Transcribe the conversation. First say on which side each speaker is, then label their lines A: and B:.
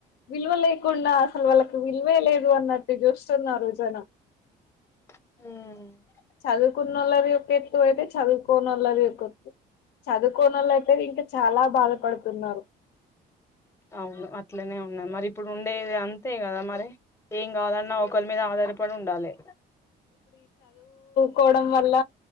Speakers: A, on the left; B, on the left.
A: విలువల్ లేకుండా అసలు వాళ్ళకు విలువే లేదు అన్నట్టు చూస్తున్నారు జనం.
B: మ్
A: చదువుకునోళ్లది ఒక ఎత్తు అయితే, చదువుకోన్నాళ్ళది ఒక ఎత్తు. చదువుకోనోలైతే ఇంకా చాలా బాధపడుతున్నారు.
B: అవును అట్లనే ఉన్నాను మరి ఇప్పుడు ఉండేది అంతే కదా మరి. ఏం కావలన్నా ఒకలు మీద ఆధారపడి ఉండాలి.
A: కోవడం వళ్ళ